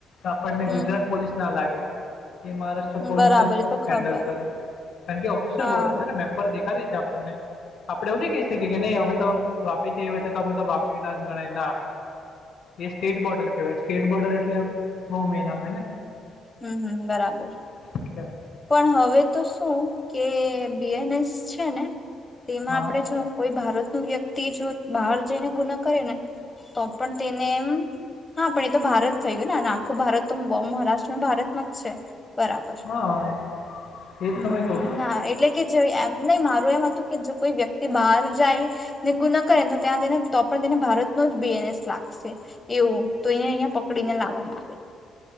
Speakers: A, on the left (about 60°); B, on the left (about 15°).
A: આપણને
B: હમ
A: ગુજરાત પોલીસ ના લાગે. મહારાષ્ટ્ર
B: હમ,
A: પોલીસ
B: બરાબર
A: જ
B: એ તો ખબર
A: હેન્ડલ કરે. કારણ કે ઓફિશિયલ
B: હા
A: બોર્ડરસ છે ને મેપ પર. કરી છે આપણને આપડે એવું ન કહી શકીએ કે નહી અમે તો વાપીએ છ છે તો અમે તો વાપી ના ગણાય ના એ સ્ટેટ બોર્ડર કેવાય સ્ટેટ બોર્ડર એટલે મમી નામે ને
B: હમ હમ બરાબર
A: એટલે
B: પણ હવે તો શું કે બીએનએસ છે ને તેમાં
A: હા
B: આપણે જો કોઈ ભારત ન વ્યક્તિ જો બહાર જઈને ગુના કરે ને તો પણ તેને એમ.. હા પણ એ તો ભારત થઈ ગયોું ને. આખો ભારત તો મહારાષ્ટ્ર ભારતમાં જ છે. બરાબર.
A: હા એજ
B: હમ
A: તો મેં કવ
B: ના એટલે કે એમ નહી મારું એમ હતું કે જો કોઈ વ્યક્તિ તે બહાર જાય ને ગુ ન કરે તો ત્યાં તેને તો પણ તેને ભારતનો જ બીએનએસ લાગશે એવું તો એને અહિયાં પકડીને લાવવામાં આવે.